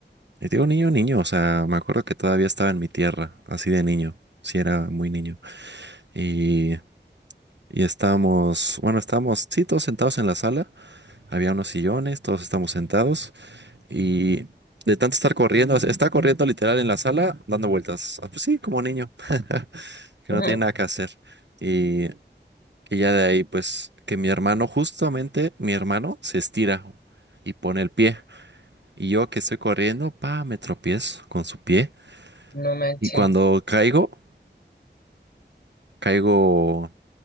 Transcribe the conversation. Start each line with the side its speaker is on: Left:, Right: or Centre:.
Right: Y digo niño, niño, o sea, me acuerdo que todavía estaba en mi tierra, así de niño, sí era muy niño. Y, y estábamos, bueno, estábamos, sí, todos sentados en la sala, había unos sillones, todos estábamos sentados y de tanto estar corriendo, o sea, estaba corriendo literal en la sala, dando vueltas, Ah, pues sí, como niño, <laughs> que
Left: Ajá.
Right: no tiene nada que hacer. Y Y ya de ahí, pues, que mi hermano, justamente mi hermano, se estira y pone el pie. Y yo que estoy corriendo, pa, me tropiezo con su pie.
Left: No manches.
Right: Y cuando caigo, caigo...